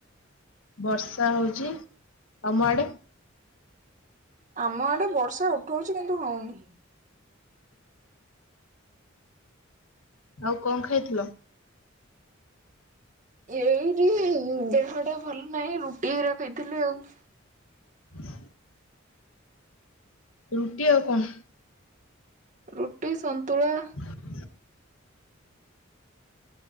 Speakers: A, on the left; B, on the right.
A: ବର୍ଷା ହଉଚି ତମ ଆଡେ?
B: ଆମ ଆଡ଼େ ବର୍ଷା ଉଠଉଛି କିନ୍ତୁ ହଉନି।
A: ଆଉ କଣ ଖାଇଥିଲ?
B: <inaudible> ଏଇଠି ଦେହଟା ଭଲ ନାହିଁ ରୁ ଟି ରଖେଇ ଥିଲି ଆଉ।
A: ହୁଁ। ରୁଟି ଆଉ କଣ?
B: ରୁଟି ସନ୍ତୁଳା।
A: ହଁ।